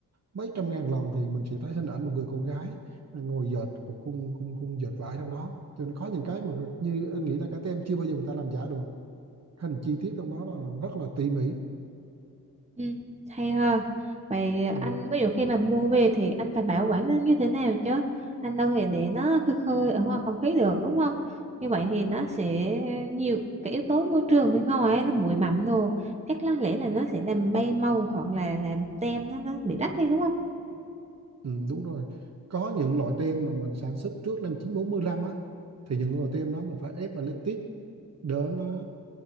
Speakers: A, on the right; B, on the right.
A: mấy trăm ngàn lần thì mình sẽ thấy hình ảnh một người con gái ngồi dệt một khung khung khung dệt vải trong đó cho nên có những cái mà như anh nghĩ là các tem chưa bao giờ người ta làm giả được thành chi tiết trong đó là rất là tỉ mỉ
B: Ừ, hay ha. Vậy anh
A: ừ.
B: ví dụ khi mà mua về thì anh phải bảo quản nó như thế nào chứ? Anh đâu thể để nó khơi khơi ở ngoài không khí được đúng không? Như vậy thì nó sẽ
A: Ừ.
B: nhiều cái yếu tố môi trường bên ngoài ấy, nó bụi bặm đồ. Chắc là lẽ là nó sẽ làm bay màu hoặc là làm tem nó nó bị rách đi đúng không?
A: Ừ, đúng rồi có những loại tem mà mình sản xuất trước năm 1945 á thì những loại tem đó mình phải ép mà đỡ nó